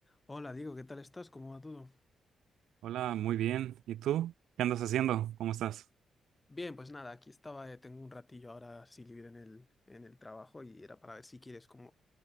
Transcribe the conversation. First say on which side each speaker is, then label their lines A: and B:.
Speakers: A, on the left; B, on the right.
A: Hola, Diego, ¿qué tal estás? ¿Cómo va todo?
B: Hola, muy bien. ¿Y tú? ¿Qué andas haciendo? ¿Cómo estás?
A: Bien, pues nada, aquí estaba, eh, tengo un ratillo ahora sí libre en el, en el trabajo y era para ver si quieres como